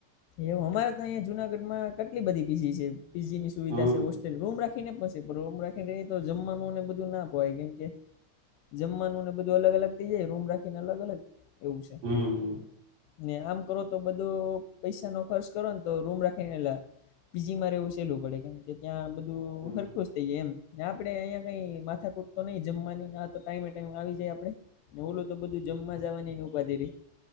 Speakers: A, on the left (about 80°); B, on the right (about 75°).
A: એવ અમારે ત્યા અં જુનાગઢ માં કેટલી બધી પીજી છે. પીજી ની સુવિધા
B: હમ
A: છે હોસ્ટેલ રૂમ રાખી રાખીને પછીમ રાખીને તો જમવાનુંને બધું ના પવાય કેમ કે જમવાનું ને બધું અલગ અલગ થઇ જાય રૂમ રાખીને અલગ અલગ એવું છે.
B: હમ
A: ને આમ કરો તો બધું પૈસા નો ખર્ચ કરો ને તો રૂમ રાખીનેલા પી જી મા રે વું સહેલવું પડે કેમ કે ત્યાં
B: હમ
A: હરખુંજ થય જાય એમ આપડે અહિયાયા કઈ માથા કૂટ તો નઈ જમવાની ના તો ટાઈમે ટાઈમે આવી જાય આપડે ને ઓલુ તો બધું જમવા જવાની ની ઉપાધી રહી